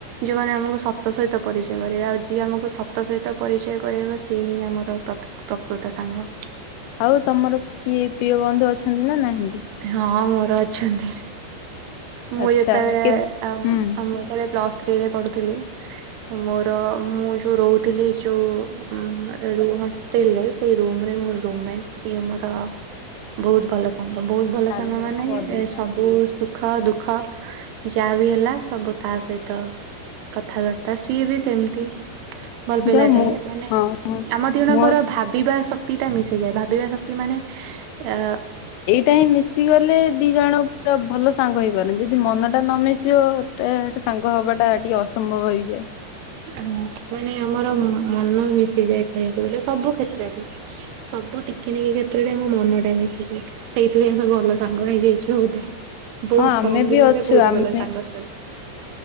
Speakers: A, on the right; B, on the left.
A: ଯୋଉମାନେ ଆମକୁ ସତ ସହିତ ପରିଚୟ କରିବେ। ଆଉ ଯିଏ ଆମକୁ ସତ ସହିତ ପରିଚୟ କରିବ ସିଏ ହିଁ ଆମର ପ୍ରକୃତ ସାଙ୍ଗ।
B: ଆଉ ତମର କିଏ ପ୍ରିୟ ବନ୍ଧୁ ଅଛନ୍ତି ନା ନାହିଁ।
A: ହଁ ମୋର ଅ ଅଛନ୍ତି। ମୁଁ
B: ଆଚ୍ଛା
A: ଯେତେବେଳେ
B: କେ ହୁଁ।
A: ମୁଁ ଯେତେବେଳେ ପ୍ଲସ ସ୍ତ୍ରୀ ରେ ପଢୁଥିଲି। ମୋ ମୁଁ ଯୋଉ ରହୁଥିଲି ଯୋଉ ହଷ୍ଟେଲ୍ ରେ। ସେଇ ରୁମ୍ ରେ ମୋର ରୁମମେଣ୍ଟ। ସିଏ ମର ବହୁତ ଭଲ ସାଙ୍ଗ। ବହୁତ ଭଲ
B: କାଲି
A: ସାଙ୍ଗ ମାନେ
B: ନା ପରଦିନ।
A: ଏ ସବୁ ସୁଖ ଦୁଃଖ ଯାହାବି ହେଲା ସବୁ ତା ସହିତ କଥାବାର୍ତ୍ତା। ତ ସିଏ ବି ସେମିତି। ଭଲ ପିଲାଟେ
B: ଯାଉ ମୁଁ
A: ମାନେ
B: ହଁ
A: ଆମ ଦିଜଣଙ୍କର
B: ମୋ
A: ଭାବିବା ଶକ୍ତି ଟା ମିଶି ଯାଏ। ଭାବିବା ଶକ୍ତି ମାନେ ଆ
B: ଟା ହଁ ମିଶିଗଲେ ଦିଜଣ ଭଲ ସାଙ୍ଗ ହେଇପାରୁନି। ଯଦି ମନ ଟା ନ ମିିଶିବ ତା ସାଙ୍ଗ ହବାଟା ଟିକେ ଅସମ୍ଭବ ହେଇଯାଏ।
A: ଓ ମାନେ ଆମର ମନ ମିଶିଯାଏ। କହିବାକୁ ଗଲେ ସବୁ କ୍ଷେତ୍ରରେ ସବୁ ଟିକି ନିକି କ୍ଷେତ୍ରରେ ଆମ ମନ ଟା ମିଶିଯାଏ। ସେଇଥିପାଇଁ ଆମେ ଭଲ ସାଙ୍ଗ ହେଇଯାଇଛୁ ବୋଧେ। ବହୁତ
B: ହଁ ଆମେ
A: କମ
B: ବି
A: ଦିନରେ
B: ଅଛୁ
A: ବହୁତ
B: ଆମେ
A: ଭଲ ସାଙ୍ଗ ହେଇଗଲୁ।